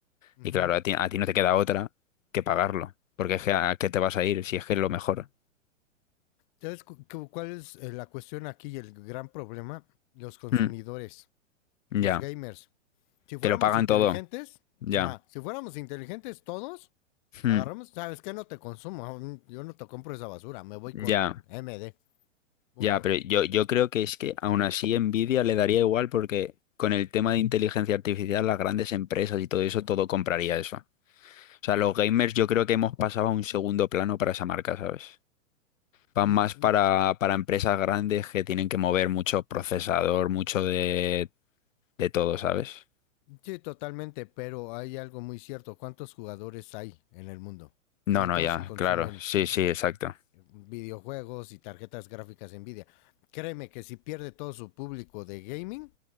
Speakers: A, on the left; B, on the left.
A: Ujú.
B: y claro, a ti, a ti no te queda otra que pagarlo, porque es que a qué te vas a ir si es que es lo mejor.
A: ¿Sabes cu- cu- cuál es eh, la cuestión aquí y el gran problema? Los consumidores,
B: Mm,
A: los
B: ya,
A: gamers. si fuéramos
B: te lo pagan
A: inteligentes,
B: todo, ya.
A: ajá, si fuéramos inteligentes todos,
B: Mm,
A: agarramos, ¿sabes qué? No te consumo, yo no te compro esa basura, me voy
B: ya.
A: con MD, punto.
B: Ya, pero yo, yo creo que es que aún así Nvidia le daría igual porque con el tema de inteligencia artificial, las grandes empresas y todo eso, todo compraría eso. O sea, los gamers yo creo que hemos pasado a un segundo plano para esa marca, ¿sabes? Van
A: Mm,
B: más para,
A: mm,
B: para empresas grandes que tienen que mover mucho procesador, mucho de, de todo, ¿sabes?
A: Sí, totalmente, pero hay algo muy cierto. ¿Cuántos jugadores hay en el mundo?
B: No,
A: ¿Cuántos
B: no, ya,
A: consumen
B: claro. Sí, sí, exacto.
A: videojuegos y tarjetas gráficas Nvidia. Créeme que si pierde todo su público de gaming,